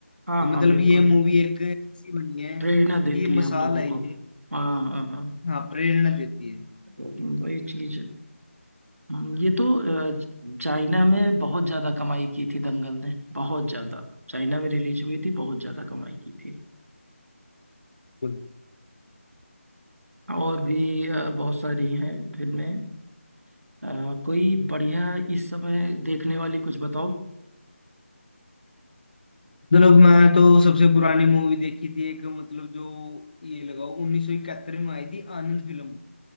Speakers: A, on the right; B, on the left.
A: हाँ
B: ये
A: हाँ
B: मतलब
A: बिल्कुल
B: ये मूवी एक ऐसी बनी है
A: प्रेरणा देती
B: कि मिसाल
A: है हम लोगों
B: है
A: को
B: ये
A: हाँ हाँ हाँ
B: हाँ प्रेरणा देती है
A: वही चीज हम्म, ये तो अ, चाइना में बहुत ज्यादा कमाई की थी दंगल ने बहुत ज्यादा चाइना में रिलीज हुई थी बहुत ज्यादा कमाई की थी
B: बिल्कुल।
A: और भी अ, बहुत सारी हैं फिल्में अ, कोई बढ़िया इस समय देखने वाली कुछ बताओ
B: मतलब मैं तो सबसे पुरानी मूवी देखी थी एक मतलब जो ये लगाओ उन्नीस सौ इकहत्तर में आई थी आनंद फिल्म